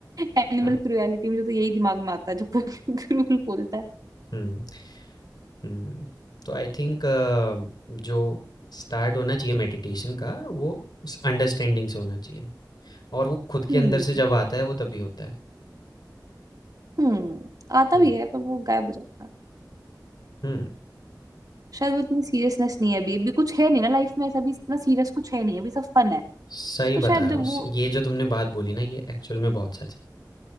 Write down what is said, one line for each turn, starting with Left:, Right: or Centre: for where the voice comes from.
Right: एनिमल
Left: हाँ,
Right: क्रुएलिटी मुझे तो यही दिमाग में आता है जब कोई क्रूअल <laughs> बोलता है
Left: हम्म हुँ, तो आई थिंक जो स्टार्ट होना चाहिए मेडिटेशन का वो स अंडरस्टैंडिंग से होना चाहिए और वो खुद
Right: हम्म
Left: के अंदर से जब आता है वो तभी होता है।
Right: हम्म आता
Left: हुँ,
Right: भी है पर वो गायब हो जाता है
Left: हुँ,
Right: शायद वो इतनी सीरियसनेस नहीं है अभी अभी कुछ है नहीं ना लाइफ में ऐसा भी इतना सीरियस कुछ है नहीं अभी सब फन है
Left: सही
Right: तो
Left: बता
Right: शायद
Left: रहा
Right: जब
Left: हूँ
Right: वो
Left: स ये जो तुमने बात बोली ना ये एक्चुअल में बहुत सच है।